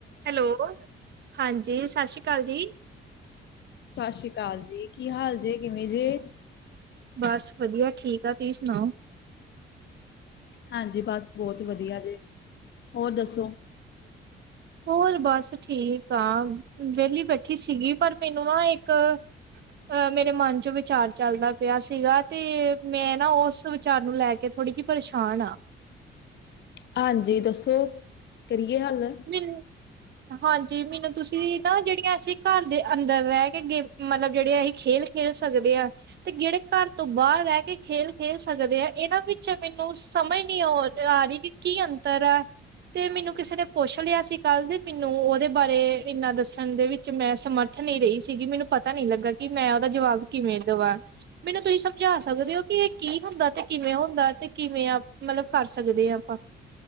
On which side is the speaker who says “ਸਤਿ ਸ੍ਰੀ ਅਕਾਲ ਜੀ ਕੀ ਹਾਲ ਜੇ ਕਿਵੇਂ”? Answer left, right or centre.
Left